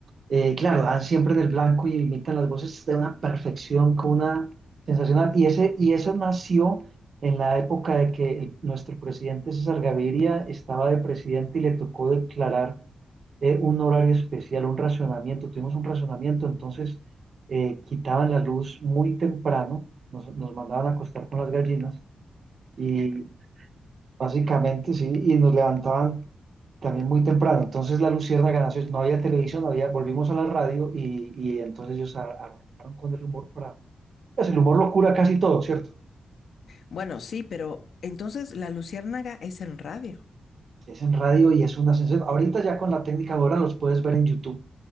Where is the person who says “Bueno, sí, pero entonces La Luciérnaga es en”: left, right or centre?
Left